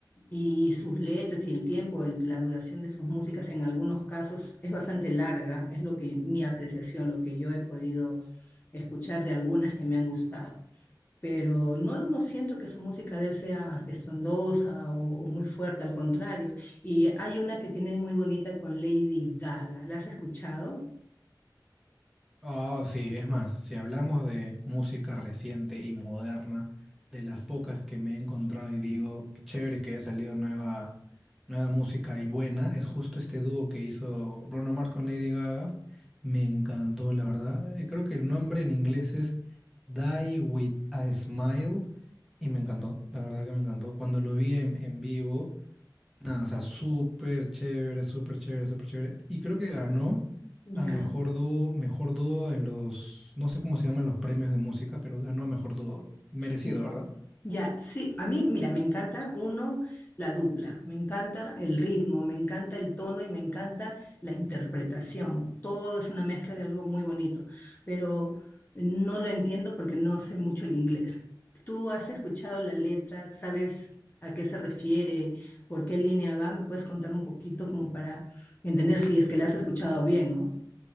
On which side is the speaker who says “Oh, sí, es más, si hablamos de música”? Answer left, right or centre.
Centre